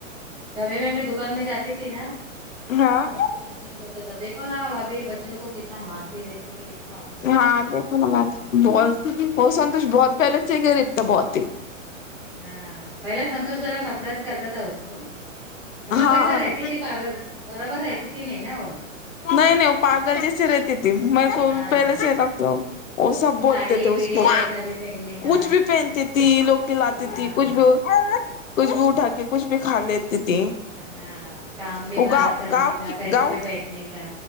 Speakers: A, in the centre; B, on the left.
A: کبھی میں دکان میں جاتی تھی نا
B: ہاں
A: تو میرے کو سن ایسا بولتا تھا دیکھوں نا بھابھی بچ کچھ لوگ کو کتنا مارتی رہتی ہے اس کو عقل نہیں
B: ہاں
A: ہے
B: دیکھو
A: کچھ
B: نا
A: نہیں ہے
B: بہت وہ سنتوش بہت پہلے سے ہی غریب تھا بہت ہی
A: ہاں پہلا سنتوش ذرا نفرت کرتا تھا اس کو مطلب
B: ہاں
A: ویسے رہتی
B: نا
A: تھی پاگل برابر رہتی تھی نہیں نا ہو
B: نہیں نہیں پاگل جسے رہےتی میرے کو
A: ہاں
B: پہلے سے لگ وہ سب
A: وہ
B: بولتے
A: ساڑی
B: تھے
A: بیڑی
B: اس کو
A: کیسا بھی پہننے کا
B: کچھ بھی پہنتی تھی لوگ کلاتی
A: ہاں
B: تھی کچھ بھی کچھ بھی اٹھا کے کچھ بھی کھا لیتی تھی
A: ہاں کام بھی
B: وہ
A: باہر
B: گاؤں
A: کرنے
B: گاؤں
A: کا
B: کی
A: کیسے
B: گاؤں
A: بھی بیٹھنے کا